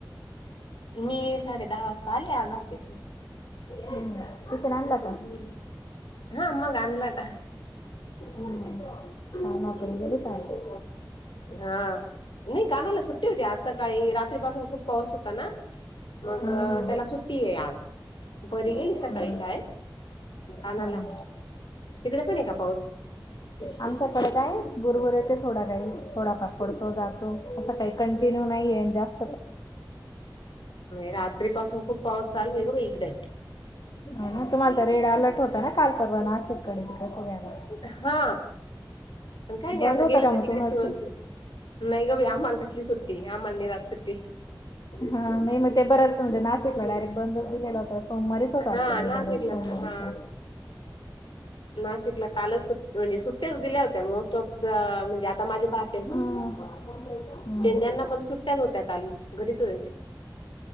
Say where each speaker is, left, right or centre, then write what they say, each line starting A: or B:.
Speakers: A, on the left; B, on the left.
A: मी साडे दहा वाजता आले आज ऑफिसला
B: हम्म इप नला
A: हो. हा आम गाानला ना
B: हम् नकरी केली शाही
A: हा नाही कानाला सुट्टी होती असं काळी रात्रीपासून खूप पाऊस होता ना. मग
B: हा हा
A: त्याला सुट्टी आहे आज बरी गेली
B: हम्म
A: सकाळी शाळेत. कानाला
B: हम्म.
A: तिकडे पण आहे का पाऊस.
B: आमच्याकडे काय बुरबुर आहे ते थोडा काही थोडाफार पडतो जातो असं काही. कंटिन्यू नाही जास्
A: रात्री पासून खूप पाऊस चालू आहे ग म इकडे.
B: हा ना तुम्हाला तर रेड अलर्ट होता ना काल परवा नाशिककडे तिक सगळ्यांना-
A: हा पण काय नाही
B: बंद
A: आता
B: होता
A: गेलं
B: का
A: तर
B: मग
A: तिकडे
B: तुम्हाला
A: सुबत नाही गवी आम्हाल कसली सुट्टी आम्हाल रात सुट्टी
B: हा म म ते बरच म्हजे नािकला डयरेट ब दिले. सोमवारीचत
A: हा
B: वाटत रेड
A: नाशिकला
B: अलर्ट सोमवारप
A: हा नाशिकला कालच म्हणजे सुट्ट्याच दिल्या होत्या मोस्ट ऑफ द म्हणजे आता माझ्या भ
B: हम ह
A: त्यांना पण सुट्ट्याच होत्या काा घरीच हो.